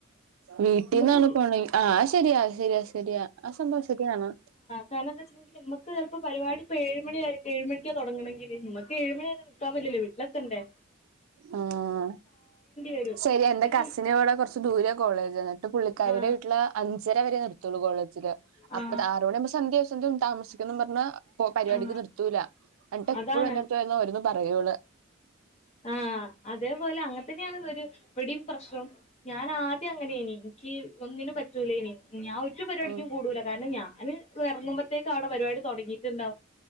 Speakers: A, on the right; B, on the left.
A: വീട്ടിന്നാണ്
B: നമുക്ക്
A: പോണെ. ആഹ് ശരിയാ ശരിയാ ശരിയാ ആ സംഭവം ശെരിയാണ്
B: കാര്ണം എന്താ വെച്ചട്ട <unintelligible> ണ്ടെങ്കിൽ നമ്മക്ക് ചെല്പ്പോ പരിപാടി ഇപ്പൊ ഏഴ് മണിവരെക്ക്‌ ഏഴ് മണിക്ക് തൊടങ്ങണങ്കില് നമുക്ക് ഏഴ് മണി വരെ ക്കാമ് ലല്ലൊ വിട്ട് എല്ലൊക്കെണ്ട്
A: ഉം
B: വരും
A: ശെരി എന്റെ
B: പക്ഷെ
A: കസി നവിടെ കൊറ പച്ച് ദൂരെ കോളേജന്ന പുള്ളിക്കാരുടെ
B: ആ
A: വീട്ടില് അഞ്ചര വരെ നിർത്തുള്ളൂ കോളേജില്
B: ആ
A: അപ്പ ആറോണുമ്പോ സന്ധ്യാഷ്യാ. ന്തു ന്തും താമസിക്കുന്നന്ന് പറ്ഞ്ഞ പരിപാടിക്ക്
B: ആ
A: നിർത്തൂല്ല. അക്ക് എപ്പളും
B: അതാണ്
A: എന്റെ അടുത്ത <unintelligible> യി അവരും പറയുള്ളൂ
B: ആഹ് അതേപോലെ അങ്ങനെ തന്നെയാണ് ഇതൊരു എവിടിം പ്രശ്നവും ഞാൻ ആദ്യം അങ്ങനെനി. ഇൻക്ക് ഒന്നിനും. പറ്റൂലേനി ഞാൻ റ്റും പരിപാടിക്കും
A: ഉം
B: കൂടുല. കാര്ണം ഞാന് എറങ്ങുമ്പോത്തേക്കും അവിടെ പരിപാടി തൊടങ്ങിട്ട് ഇണ്ടാവും.